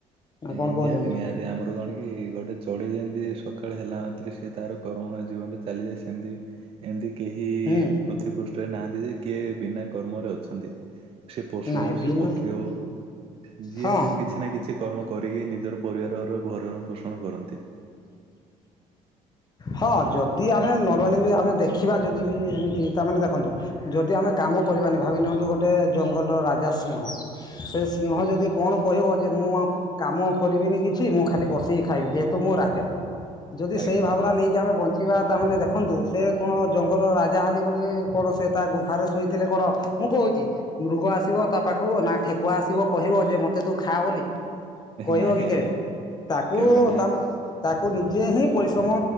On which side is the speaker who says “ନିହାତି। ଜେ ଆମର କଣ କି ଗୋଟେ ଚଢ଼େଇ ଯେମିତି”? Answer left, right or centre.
Right